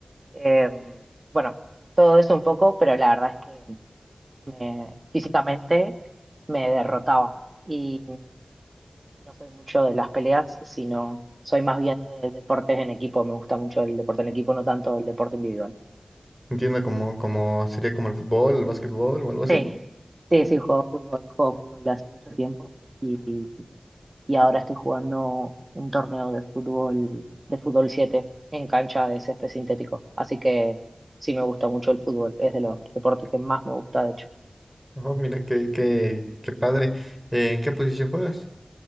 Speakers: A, on the right; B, in the centre.
A: Em, bueno, todo eso un poco, pero la verdad es que me- físicamente me derrotaba. Y no soy mucho de las peleas, sino soy más bien de deportes en equipo. Me gusta mucho el deporte en equipo, no tanto el deporte individual.
B: Entiendo como, como sería como el fútbol, el básquetbol o algo así.
A: Sí, sí, sí, juego fútbol, juego fútbol de hace mucho tiempo y, y ahora estoy jugando un torneo de fútbol, de fútbol 7 en cancha de césped sintético. Así que sí me gusta mucho el fútbol, es de los deportes que más me gusta, de hecho.
B: Ajá, mira, qué, qué, qué padre. Eh, ¿en qué posición juegas?